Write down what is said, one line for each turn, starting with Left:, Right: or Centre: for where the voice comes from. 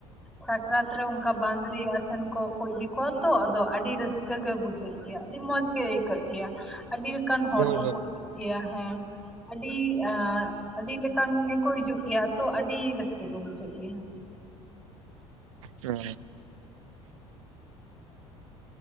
Centre: ᱥᱟᱠᱨᱟᱛ ᱨᱮ ᱚᱝᱠᱟ ᱵᱟᱹᱫᱽᱨᱤ ᱟᱥᱮᱱ ᱠᱚ ᱠᱚ ᱤᱫᱤ ᱠᱚᱣᱟ ᱛᱚ ᱟᱫᱚ ᱟᱹᱰᱤ ᱨᱟᱹᱥᱠᱟᱹᱜ ᱜᱮ ᱵᱩᱡᱷᱟᱹᱜ ᱜᱮᱭᱟ, ᱟᱹᱰᱤ ᱢᱚᱸᱡᱽ ᱜᱮ ᱟᱹᱭᱠᱟᱹᱜ ᱜᱮᱭᱟ᱾ ᱟᱹᱰᱤ ᱞᱮᱠᱟᱱ ᱦᱚᱲ
Right: ᱦᱳᱭ
Centre: ᱠᱚᱠᱚ
Right: ᱦᱳᱭ
Centre: ᱦᱩᱭᱩᱜ ᱜᱮᱭᱟ ᱦᱮᱸ ᱟᱹᱰᱤ ᱟ ᱟᱹᱰᱤ ᱞᱮᱠᱟᱱ ᱜᱮᱠᱚ ᱦᱤᱡᱩᱜ ᱜᱮᱭᱟ ᱛᱚ ᱟᱹᱰᱤ ᱨᱟᱹᱥᱠᱟᱹ ᱜᱮ ᱵᱩᱡᱷᱟᱹᱜ ᱜᱮᱭᱟ᱾
Right: ᱚ᱾